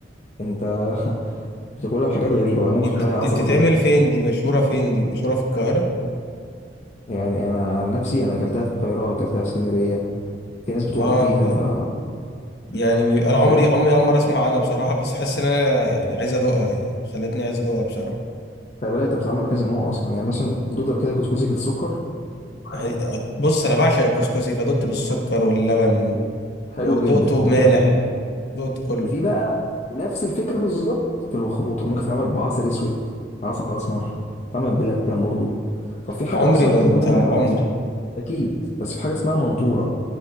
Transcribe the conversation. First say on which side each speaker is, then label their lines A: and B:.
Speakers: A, on the left (about 40°); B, on the left (about 60°).
A: انت <laughs> بتاكلها بحاجات غريبه بقى ممكن
B: دي
A: تحط
B: بت-
A: عليها عسل
B: دي بتتعمل
A: ابيض
B: فين دي مشهوره فين دي مشهوره في القاهره
A: يعني انا عن نفسي انا اكلتها في القاهره اكلتها في اسكندريه في ناس بتقف
B: اه
A: بيها
B: انت
A: ف أنت
B: يعني انا عمري
A: فاهم
B: عمري اول مره اسمع عنها بصراحه بس حاسس ان انا يعني عايز ادوقها يعني خلتني عايز ادوقها بصراحه
A: خلي بالك ده بتتعمل بكذا نوع اصلا يعني مثلا دوده بكده كسكسي بالسكر
B: هي- بص انا بعشق الكسكسي فدقت بالسكر واللبن
A: حلو
B: ودقته
A: جدا
B: مالح
A: ده كلام جميل مم.
B: دقته كله
A: في بقى نفس الفكره بالظبط في الخروطه ممكن تتعمل بعسل اسود عسل اسمر تتعمل بلبن برضو طب في حاجه
B: عمري
A: اصلا
B: ما
A: انت
B: دقتها
A: ممكن تكون ما تعرف-
B: عمري
A: اكيد بس في حاجه اسمها منطوره